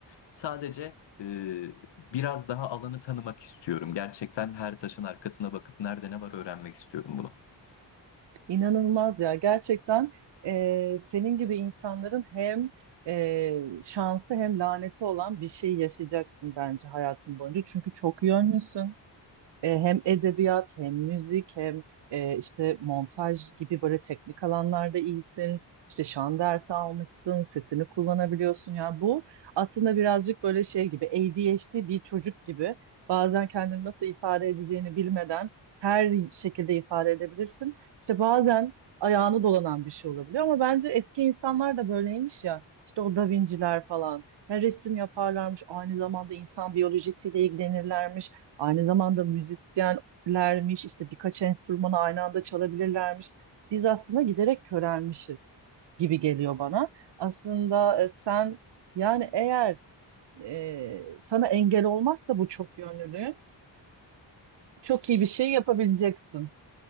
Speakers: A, on the left; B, on the right.
A: Sadece e, biraz daha alanı tanımak istiyorum. Gerçekten her taşın arkasına bakıp nerede ne var öğrenmek istiyorum bunu.
B: İnanılmaz ya gerçekten e, senin gibi insanların hem e, şansı hem laneti olan bir şey yaşayacaksın bence hayatın boyunca. Çünkü çok yönlüsün e, hem edebiyat hem müzik hem e, işte montaj gibi böyle teknik alanlarda iyisin. İşte şan dersi almışsın, sesini kullanabiliyorsun. Yani bu aslında birazcık böyle şey gibi ADHD bir çocuk gibi bazen kendini nasıl ifade edeceğini bilmeden her şekilde ifade edebilirsin. İşte bazen ayağını dolanan bir şey olabiliyor ama bence eski insanlar da böyleymiş ya. İşte o Da Vinci'ler falan. Ya resim yaparlarmış, aynı zamanda insan biyolojisiyle ilgilenirlermiş. Aynı zamanda müzisyenlermiş, işte birkaç enstrümanı aynı anda çalabilirlermiş. Biz aslında giderek körelmişiz gibi geliyor bana. Aslında e, sen yani eğer e, sana engel olmazsa bu çok yönlülüğün çok iyi bir şey yapabileceksin.